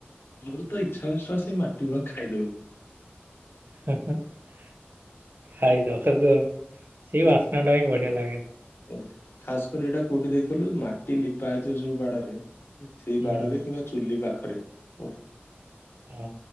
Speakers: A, on the left (about 65°); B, on the right (about 55°).
A: ମୋର ତ ଇଚ୍ଛା ହୁଏ ଶଳା ସେଇ ମାଟି ଗୁଡା ଖାଇଦେବାକୁ ।
B: ହ ଖାଇ ଦବ କି ଆଉ ସେଇ ବାସ୍ନା ଟା ହି ବଢିଆ ଲାଗେ ।
A: ଓ ଖାସ କରି ଏଇଟା କୋଉଠି ଦେଖଲୁ ମାଟି ଲିପା ହେଇଥିବ ଯୋଉ ବାଡରେ । ସେଇ
B: ହୁଁ।
A: ବାଡରେ କିମ୍ବା ଚୁଲି ପାଖରେ ଓହ ।
B: ହଁ